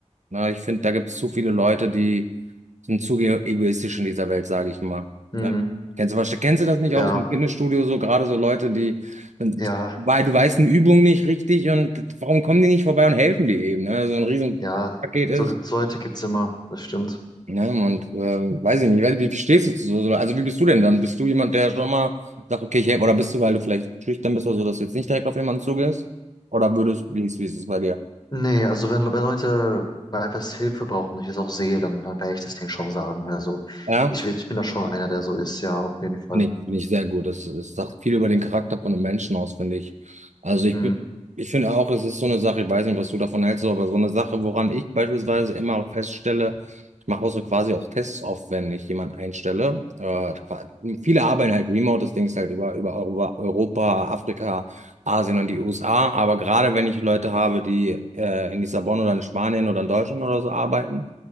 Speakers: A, on the right; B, on the left.
A: Ne? Ich finde, da gibt es zu viele Leute, die sind zu ge- egoistisch in dieser Welt, sage ich mal.
B: hm.
A: Ne? Kennst du, was- kennst du das nicht
B: Ja,
A: auch aus dem Fitnessstudio, so gerade so Leute, die, die,
B: ja,
A: weil du weißt eine Übung nicht richtig und warum kommen die nicht vorbei und helfen dir eben, ne? So ein riesen
B: ja.
A: Paket ist.
B: So gibt's Leute, gibt's immer. Das stimmt.
A: Ne? Und ähm, weiß ich nicht, ich weiß nicht, wie stehst du zu so? so- Also wie bist du denn dann? Bist du jemand, der schon mal sagt, okay, ich helfe, oder bist du, weil du vielleicht schüchtern bist oder so, dass du jetzt nicht direkt auf jemanden zugehst? Oder würdest, wie ist, wie ist es bei dir?
B: Nee, also wenn, wenn Leute bei etwas Hilfe brauchen und ich das auch sehe, dann, dann werde ich das denen schon sagen. Also
A: Ja?
B: ich, will- ich bin da schon einer, der so ist, ja, auf jeden Fall.
A: Finde ich, finde ich sehr gut. Das, das sagt viel über den Charakter von einem Menschen aus, finde ich. Also ich,
B: Mhm.
A: bin- ich finde auch, es ist so eine Sache, ich weiß nicht, was du davon hältst, aber so eine Sache, woran ich beispielsweise immer feststelle, ich mache auch so quasi auch Tests auf, wenn ich jemanden einstelle. Äh, qua- viele arbeiten halt remote, das Ding ist halt über, über Europa, Europa, Afrika, Asien und die USA. Aber gerade wenn ich Leute habe, die äh, in Lissabon oder in Spanien oder in Deutschland oder so arbeiten,